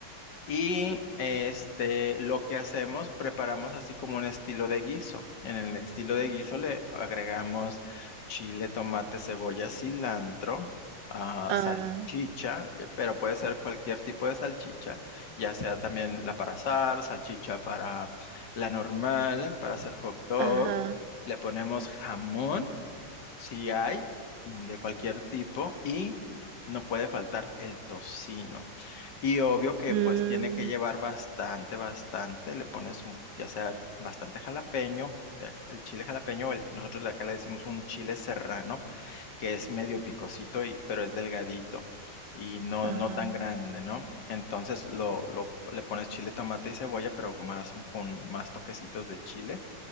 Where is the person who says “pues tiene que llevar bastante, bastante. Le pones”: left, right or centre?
Left